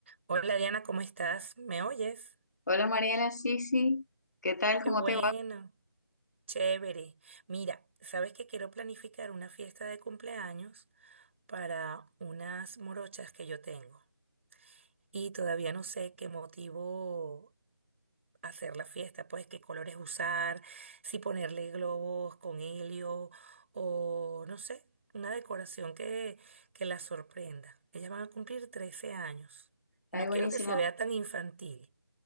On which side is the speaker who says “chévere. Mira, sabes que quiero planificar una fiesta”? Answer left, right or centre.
Right